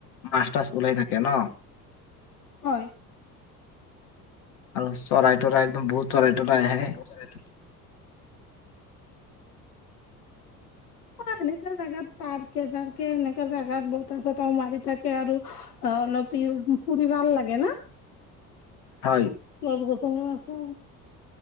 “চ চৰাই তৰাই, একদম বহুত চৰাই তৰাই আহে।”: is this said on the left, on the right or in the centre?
Left